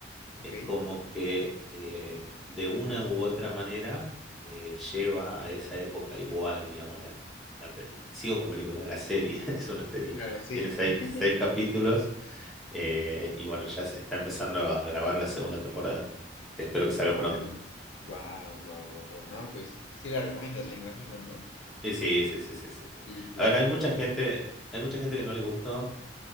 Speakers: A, on the left (about 85°); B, in the centre.
A: ok.
B: es como que eh, de una u otra manera eh, lleva a esa época igual, digamos, la, la pe- sigo con película, la serie, <laughs> es una serie,
A: Claro, sí.
B: tiene seis,
A: <laughs>
B: seis capítulos eh, y bueno, ya se está empezando a grabar la segunda temporada, que espero que salga pronto.
A: Órale. Guau, guau, guau, guau. No, pues sí la recomiendas, me imagino, ¿no?
B: Y sí, sí, sí, sí, sí, sí.
A: Sí, claro,
B: A ver, hay mucha
A: la
B: gente,
A: voy- a-
B: hay mucha gente que no le gustó